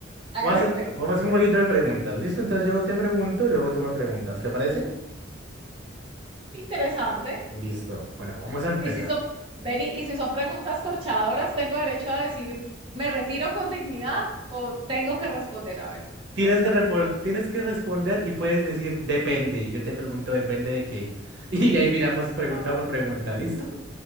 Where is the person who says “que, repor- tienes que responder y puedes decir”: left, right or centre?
Right